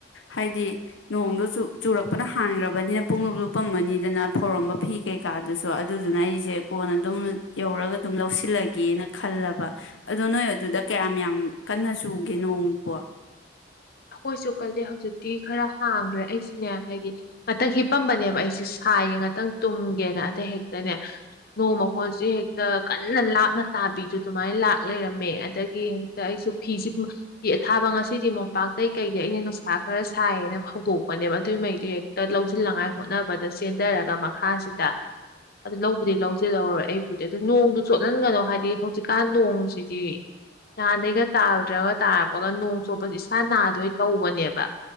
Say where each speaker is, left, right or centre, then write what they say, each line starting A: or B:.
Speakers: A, on the left; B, on the left.
A: ꯍꯥꯏꯗꯤ ꯅꯣꯡꯗ ꯆꯨꯔ ꯐꯅ ꯍꯥꯡꯈ꯭ꯔꯕꯅꯤꯅ ꯄꯨꯡꯞ ꯂꯨꯞꯄꯝꯃꯅꯤꯗꯅ ꯐꯧꯔꯝꯕ ꯐꯤ ꯀꯩꯀꯥꯗꯨꯁꯨ ꯑꯗꯨꯗꯨꯅ ꯑꯩꯁꯦ ꯀꯣꯟꯅ ꯑꯗꯨꯝ ꯌꯧꯔꯒ ꯑꯗꯨꯝ ꯂꯧꯁꯤꯜꯂꯒꯦꯅ ꯈꯜꯂꯕ ꯑꯗꯣ ꯅꯣꯏ ꯑꯗꯨꯗ ꯀꯌꯥꯝ ꯌꯥꯝ ꯀꯟꯅ ꯆꯨꯒꯦ ꯅꯣꯡꯕꯣ
B: ꯀꯣꯏꯁꯨ ꯀꯥꯏꯦ ꯍꯧꯖꯤꯛ ꯇꯤ ꯈꯔ ꯍꯥꯡꯈ꯭ꯔꯦ ꯑꯩꯁꯤꯅꯦ ꯍꯥꯏꯗꯤ ꯉꯥꯛꯇꯪ ꯍꯤꯞꯄꯝꯕꯅꯦꯕ ꯑꯩꯁꯦ ꯁꯥꯏꯌꯦ ꯉꯥꯛꯇꯪ ꯇꯨꯝꯒꯦꯅ ꯑꯗ ꯍꯦꯛꯇꯅꯦ ꯅꯣꯡ ꯃꯈꯀꯣꯟꯁꯦ ꯍꯦꯛꯇ ꯀꯟꯅ ꯂꯥꯞꯅ ꯇꯥꯕꯤꯗꯨ ꯑꯗꯨꯃꯥꯏꯅ ꯂꯥꯛ ꯂꯩꯔꯝꯃꯦ ꯑꯗꯒꯤ ꯍꯦꯛꯇ ꯑꯩꯁꯨ ꯐꯤꯁꯦ ꯐꯤ ꯑꯊꯥꯕ ꯉꯁꯤꯗꯤ ꯃꯣꯝꯄꯥꯛ ꯑꯗꯇꯩ ꯀꯩꯗꯩ ꯑꯩꯅ ꯅꯨꯡꯁꯥ ꯈꯔ ꯁꯥꯏꯌꯦꯅ ꯐꯧꯗꯣꯛꯄꯅꯦꯕ ꯑꯗꯨꯒꯤꯉꯩꯗꯨ ꯍꯦꯛꯇ ꯂꯧꯁꯤꯜꯅꯉꯥꯏ ꯍꯣꯠꯅꯕꯗ ꯆꯦꯟꯊꯔꯒ ꯃꯈꯥꯁꯤꯗ ꯑꯗꯨ ꯂꯧꯕꯗꯤ ꯂꯧꯁꯤꯜꯍꯧꯔꯣꯏ ꯑꯩꯕꯨꯗꯤ ꯑꯗꯨ ꯅꯣꯡꯗꯨ ꯆꯣꯠꯍꯟꯒꯅꯣ ꯍꯥꯏꯗꯤ ꯍꯧꯖꯤꯛꯀꯥꯟ ꯅꯣꯡꯁꯤꯗꯤ ꯅꯍꯥꯟꯗꯒꯤꯩꯒ ꯇꯥꯔꯨꯗ꯭ꯔꯒ ꯇꯥꯔꯛꯄꯒ ꯅꯣꯡ ꯆꯣꯠꯄꯁꯤ ꯏꯁꯁꯥ ꯅꯥꯗꯣꯏ ꯇꯧꯕꯅꯦꯕ